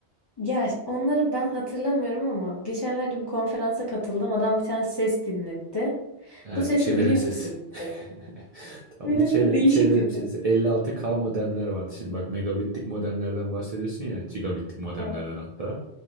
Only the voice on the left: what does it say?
Ya ş- onları ben hatırlamıyorum ama geçenlerde bir konferansa katıldım. Adam bir tane ses dinletti.
Bu sesi
biliyor
musun? dedi.
Böyle
bir değişik
bir
ses.
Evet.